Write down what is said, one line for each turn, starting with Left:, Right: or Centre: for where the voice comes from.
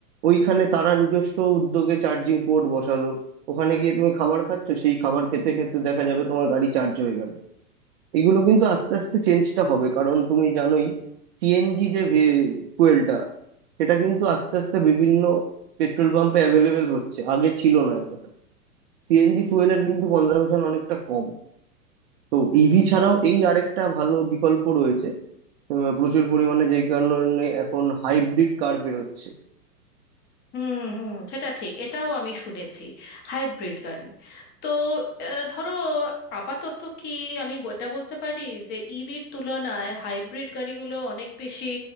Right: ওইখানে তারা নিজস্ব উদ্যোগে চার্জিং পোর্ট বসালো ওখানে গিয়ে তুমি খাবার খাচ্ছ সেই খাবার খেতে খেতে দেখা যাবে তোমার গাড়ি চার্জ হয়ে গেল এগুলো কিন্তু আস্তে আস্তে চেঞ্জটা হবে কারণ তুমি জানোই সিএনজি যে ফুয়েলটা সেটা কিন্তু আস্তে আস্তে বিভিন্ন পেট্রোল পাম্পে অ্যাভেলেবেল হচ্ছে আগে ছিল না এতটা সিএনজি ফুয়েলের কিন্তু কনজাম্পশন অনেকটা কম তো ইভি ছাড়াও এই আরেকটা ভালো বিকল্প রয়েছে উম, প্রচুর পরিমাণে যেই কারণে এখন হাইব্রিড কার বেরোচ্ছে
Left: হুম হুম সেটা ঠিক এটাও আমি শুনেছি হাইব্রিড গাড়ি তো আহ, ধরো আপাতত কি আমি ব- এটা বলতে পারি যে ইভির তুলনায় হাইব্রিড গাড়িগুলো অনেক বেশি